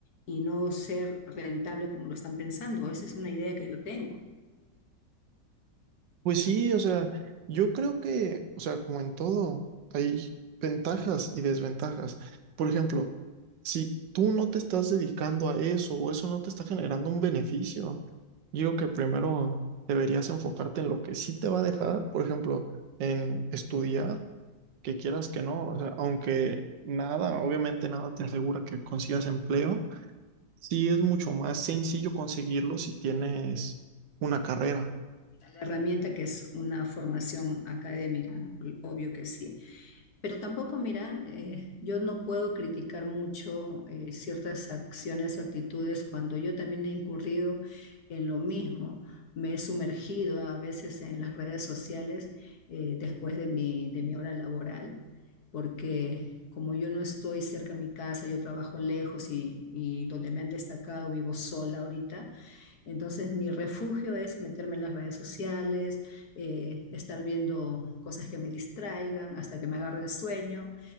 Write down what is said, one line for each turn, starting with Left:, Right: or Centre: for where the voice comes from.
Left: y no ser rentable como lo están pensando. Esa es una idea que yo tengo.
Right: Pues sí, o sea, yo creo que, o sea, como en todo, hay ventajas y desventajas. Por ejemplo, si tú no te estás dedicando a eso o eso no te está generando un beneficio, yo digo que primero deberías enfocarte en lo que sí te va a dejar, por ejemplo, en estudiar, que quieras que no, o sea, aunque nada, obviamente nada te asegura que consigas empleo, sí es mucho más sencillo conseguirlo si tienes una carrera.
Left: La herramienta que es una formación académica, obvio que sí. Pero tampoco, mira, eh, yo no puedo criticar mucho eh, ciertas acciones o actitudes cuando yo también he incurrido en lo mismo. Me he sumergido a veces en las redes sociales eh, después de mi, de mi hora laboral, porque como yo no estoy cerca a mi casa, yo trabajo lejos y, y donde me han destacado vivo sola ahorita, entonces mi refugio es meterme en las redes sociales, eh, estar viendo cosas que me distraigan hasta que me agarre el sueño